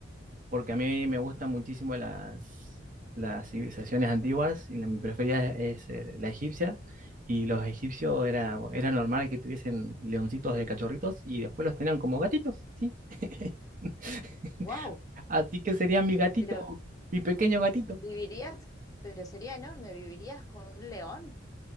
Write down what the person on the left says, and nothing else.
Wow,
pero
Vivirías, pero sería enorme, vivirías con un león.